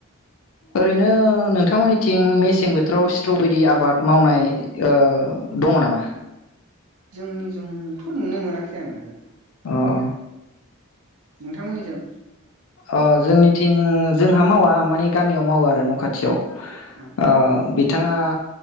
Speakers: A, on the left (about 70°); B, on the right (about 85°).
A: ओरैनो नों थांमोननिथिं मेसें बोथोराव स्ट्र'बेरि आबाद मावनाय ओ दङ' नामा? <inaudible>
B: जोंनि जोंथ' नुनो मोनाखै आं ओहो।
A: अ अ
B: नोंथांमोननिजों
A: अ जोंनिथिं जोंहा मावा मानि गामियाव मावोआरो न' खाथियाव।
B: उम
A: ओ बि थाङा